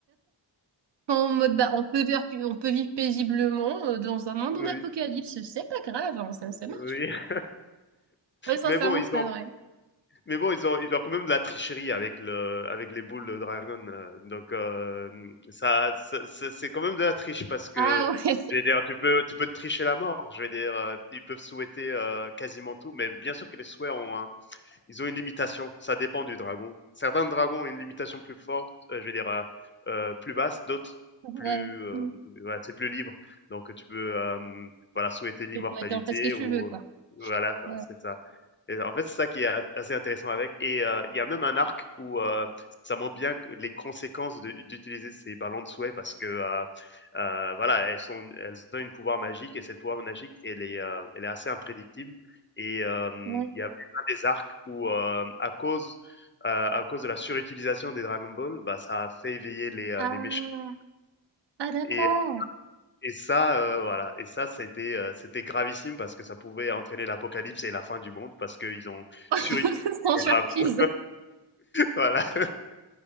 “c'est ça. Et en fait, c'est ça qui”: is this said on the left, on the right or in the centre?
Left